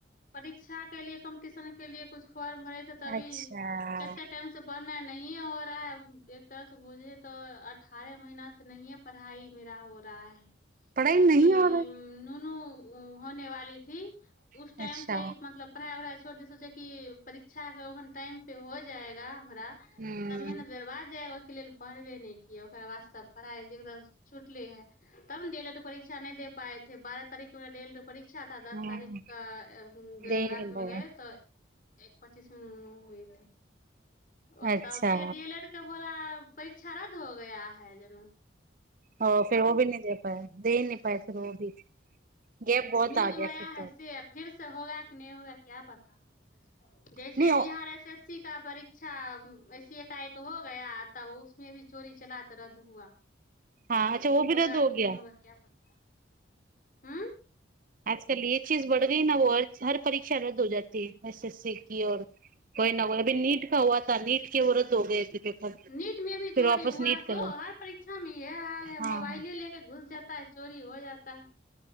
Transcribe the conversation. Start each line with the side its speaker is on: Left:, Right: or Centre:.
Left: परीक्षा के लए कम्पटिशन के लिए कु फॉर्म रहे छै तभी
Right: अच्छा
Left: कते टाइम से पढ़ नहि ने हो रहा है एक तरह से बूझे तऽ अठारह महीना त नए पढ़ाई मेरा हो रहा है
Right: पढ़ाई
Left: क्योंकि
Right: नहीं हो रहा
Left: नूनू होने वाली थी उस
Right: है।
Left: टाइम
Right: अच्छा
Left: से ही मतलब पढ़ाइ वढ़ाइ छोड़ द सोचे क परीक्षा ओहन टाइम पे हो जाएगा हमरा
Right: हम्म
Left: त मनद बेर बाद जालग लेल पढ़बे नहि क ओकरा वास्ते पढ़ाई एक छुटले है तब नहि दे त परीक्षा नहि दे पाे हे बारह तारीख डेलड परीक्षा था दस
Right: हम्म
Left: तारीख क
Right: दे ही
Left: रात
Right: नहीं
Left: मे
Right: पाए
Left: गए तऽ एक पच्चीस तु होय ओ
Right: अच्छा
Left: तब फेर डी एल एड के बोला परीक्षा रद्द हो गया है जेना
Right: ह फेर ओ भी न दे पाय दे नी पाय फेर ओ भी गैप बहुत
Left: नियूज
Right: आ गया
Left: मे जो आया
Right: फिर
Left: है
Right: तो
Left: से फिर होगा कि नहि होगा क्या पता जैसे
Right: नहीं ओ-
Left: बिहार ऐस ऐस सी का परीक्षा वैसी एकाएक हो गया तब उसमे भी चोरी चला तऽ रद्द हुआ
Right: हँ अच्छा
Left: आ फिर
Right: ओ भी
Left: होगा
Right: रद्द हो
Left: कि
Right: गय
Left: नहीं होगा क्या पता हम्म
Right: आजकल ये चीज बढ़ गई न हर परीक्षा रद्द हो जाी एस एस सीी औ कोई न कोइ अभी नीट का हुआ त नीट के ओ रद्द हो गए पेपर
Left: नीट में भी
Right: फिर
Left: चोरी
Right: वापस
Left: हुआ
Right: नीट करो
Left: सो हर परीक्षा में यह हाल
Right: हाँ
Left: है मोबाइले लेके घुस जाता है चोरी हो जाता है